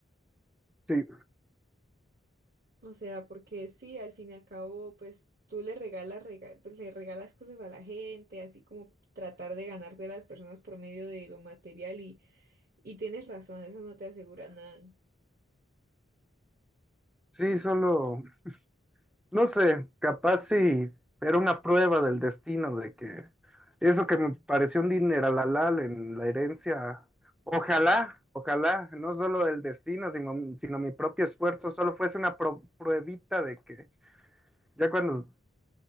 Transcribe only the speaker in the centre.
sí.
Sí, solo, no sé, capaz sí, era una prueba del destino de que eso que me pareció un dineral en la herencia, ojalá, ojalá, no solo del destino, sino, sino mi propio esfuerzo, solo fuese una pro- pruebita de que ya cuando,